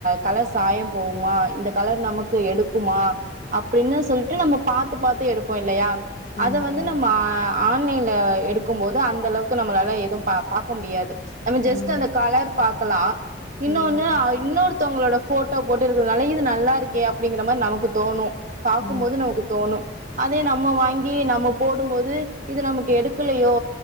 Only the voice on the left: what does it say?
ம்.
ஆமா.
ம்.
ம்.
ம்.